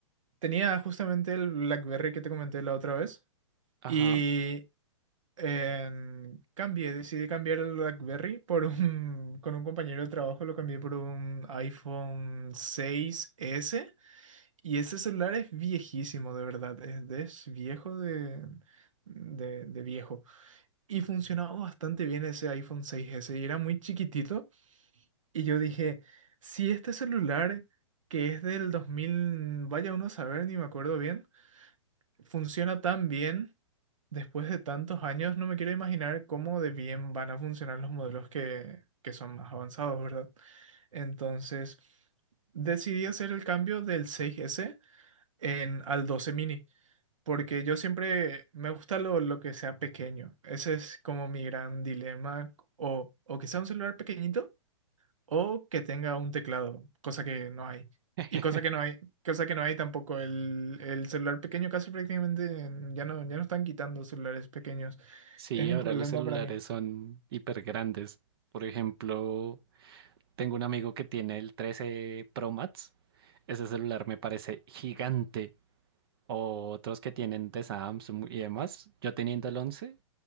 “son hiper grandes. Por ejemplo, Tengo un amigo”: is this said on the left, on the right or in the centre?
Right